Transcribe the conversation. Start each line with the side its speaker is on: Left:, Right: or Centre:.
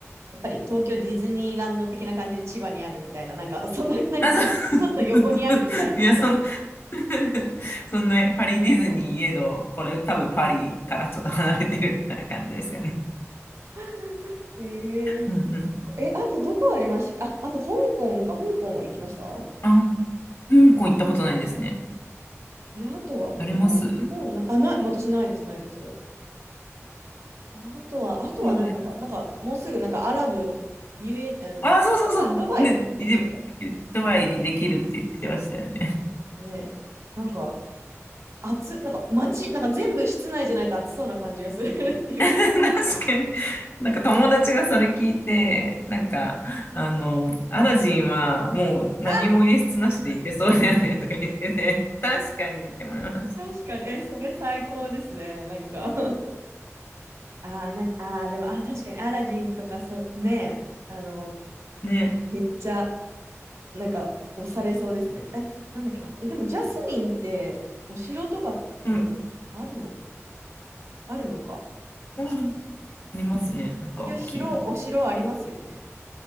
Right: やっぱり東京ディズニーランド的な感じで千葉にあるみたいな、なんか、そんな、なんか、
Left: な。あ、
Right: ちょっと横にあるみたいな感じ。
Left: そう。<laughs> いや、そん、<laughs> そんな、パリディズニーいえど、これ多分パリからちょっと離れてるみたいな感じですよね。
Right: <laughs> えー、
Left: うんうん。
Right: え、あとどこありましたっけあ、あと香港か。香港は行きましたあ
Left: あ、香港行ったことないですね。
Right: れ、あとは、も
Left: あります
Right: う、もうな、あ、ない、私ないです、ないです。あとは、あとはないのか。
Left: くらい。
Right: なんか、もうすぐ、なんか、アラブ、ゆえ、えーと、
Left: あ、そうそうそう。
Right: ドバイ、ドバイでしたっけ
Left: ね、で、ドバイにできるって言ってましたよね。
Right: 切るってね。なんか、暑、なんか、街、なんか全部室内じゃないと暑そうな感じがするっていうか。
Left: <laughs> 確かに。なんか友達がそれ聞いて、
Right: うん
Left: なんか、あの、アラジンはもう何も演出なしでいけそうだよねとか言ってね。
Right: あ、
Left: 確かにって思いました。
Right: 確かに。え、それ最高ですね。なんか <laughs> あー、なんか、あー、でも、あー、確かに、アラジンとか、そう、ね、あの、
Left: ね。
Right: めっちゃ、なんか押されそうですね。え、なんだっけな。え、でもジャスミンってお城とかってあるの、
Left: うん。
Right: あるのか。一応、
Left: うんありますね。なんか大きいの。
Right: 一応城、お城ありますよね。